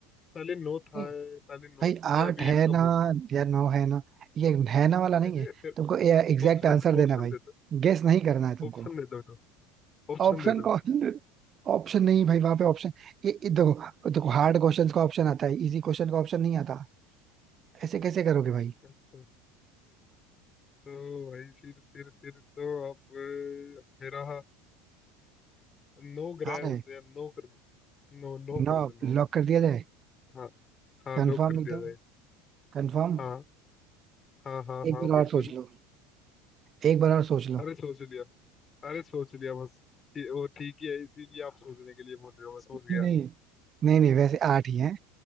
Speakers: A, on the left (about 30°); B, on the right (about 40°).
A: पहले नो था
B: नहीं,
A: पहले नो
B: भाई
A: थे
B: आठ
A: अभी
B: है
A: एक कम
B: ना
A: हुआ था
B: या नौ है ना ये है ना वाला नहीं
A: ए-
B: है
A: ए- फिर
B: तुमको एग्जैक्ट
A: ऑप्शन
B: आंसर देना
A: ऑप्शन
B: है भाई
A: दे दो
B: गेस नहीं करना है तुमको
A: ऑप्शन दे दो तो ऑप्शन
B: ऑप्शन
A: दे दो
B: कौन
A: फिर
B: ऑप्शन नहीं भाई वहां पे ऑप्शन ये ये देखो देखो हार्ड क्वेश्चंस का ऑप्शन आता है इजी क्वेश्चन का ऑप्शन नहीं आता ऐसे कैसे करोगे भाई
A: अच्छा तो भाई फिर फिर फिर तो आप अ, मेरा नो ग्रह
B: हार
A: होते
B: है
A: हैं नो कर दो नो नो
B: नौ
A: कर दो नो
B: लॉक कर दिया जाए
A: हाँ हाँ
B: कंफर्म
A: लो कर दिया
B: एकदम
A: जाए
B: कंफर्म
A: हाँ हाँ हाँ
B: एक
A: हाँ
B: बार
A: बिल्कुल
B: और सोच लो एक बार और सोच लो
A: अरे सोच लिया अरे सोच लिया बस ठी- वो ठीक ही है इसीलिए आप सोचने के लिए बोल रहे हो मैं सोच
B: नहीं
A: गया
B: नहीं नहीं नहीं वैसे आठ ही है